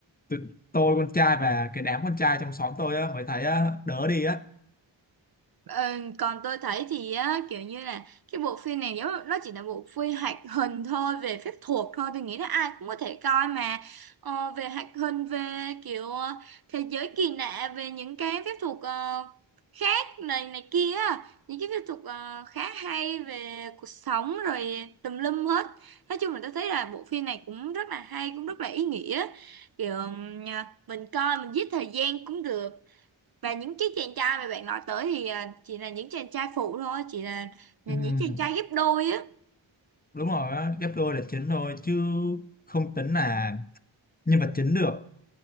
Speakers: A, on the left; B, on the right.
A: Tụi tôi con trai và cái đám con trai trong xóm tôi á mới thấy á, đỡ đi á
B: Ờ, còn tôi thấy thì á, kiểu như là cái bộ phim này nếu nó chỉ là bộ phim hoạt hình thôi về phép thuật thôi tôi nghĩ là ai cũng có thể coi mà ờ, về hoạt hình về kiểu ờ, thế giới kỳ lạ về những cái phép thuật ờ, khác này này kia á. những cái phép thuật ờ, khá hay về cuộc sống rồi tùm lum hết nói chung là tôi thấy là bộ phim này cũng rất là hay cũng rất là ý nghĩa kiểu ừm, mình coi mình giết thời gian cũng được và những cái chàng trai mà bạn nói tới thì à, chỉ là những chàng trai phụ thôi chỉ là, là
A: Ừm,
B: những chàng trai ghép đôi á
A: đúng rồi á ghép đôi là chính thôi chứ không tính là nhân vật chính được